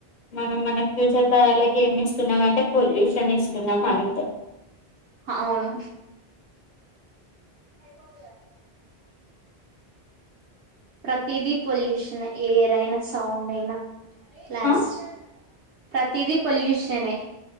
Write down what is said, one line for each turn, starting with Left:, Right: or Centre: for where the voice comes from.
Left: మనం మన ఫ్యూచర్ తరలాకి ఏమి ఇస్తున్నాం అంటే పొల్యూషన్ ఇస్తున్నాం అంతే
Right: అవును అయిపోతది అంట ప్రతిదీ పొల్యూషనే ఏరైనా సౌండ్ అయినా క్లాస్
Left: ఆ
Right: ప్రతిదీ పొల్యూషన్ ఏ